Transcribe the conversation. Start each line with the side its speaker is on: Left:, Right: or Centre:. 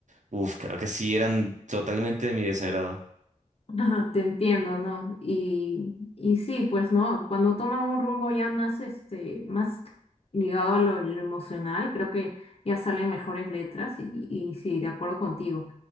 Right: uff, creo que sí eran totalmente de mi desagrado.
Left: Ajá, te entiendo, ¿no? Y, y sí, pues no, cuando toman un rumbo ya más, este, más ligado a lo, lo emocional, creo que ya salen mejores letras y, y sí, de acuerdo contigo.